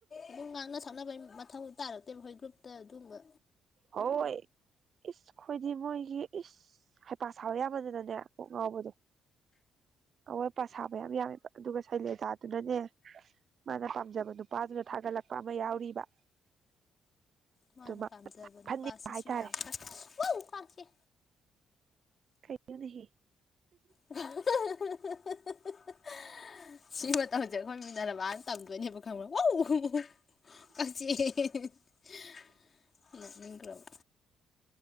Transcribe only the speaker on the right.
ꯍꯣꯏ ꯑꯩꯈꯣꯏꯗꯤ ꯃꯣꯏꯒꯤ ꯏꯁ ꯍꯩꯄꯥ ꯁꯕ ꯌꯥꯝꯃꯟꯗꯅꯅꯦ ꯀꯣꯛ ꯉꯥꯎꯕꯗꯣ ꯑꯋꯣꯠ ꯑꯄꯥ ꯁꯥꯕ ꯌꯥꯝ ꯌꯥꯝꯃꯦꯕ ꯑꯗꯨꯒ ꯁꯩꯂꯦꯖꯥꯗꯨꯅꯅꯦ ꯃꯥꯅ ꯄꯥꯝꯖꯕ ꯅꯨꯄꯥꯗꯨꯅ ꯊꯥꯒꯠꯂꯛꯄ ꯑꯃ ꯌꯥꯎꯔꯤꯕ
ꯑꯗꯨꯃ
ꯐꯟꯅꯤꯡꯕ ꯍꯥꯏꯇꯥꯔꯦ
ꯀꯩꯅꯣꯅꯦꯍꯦ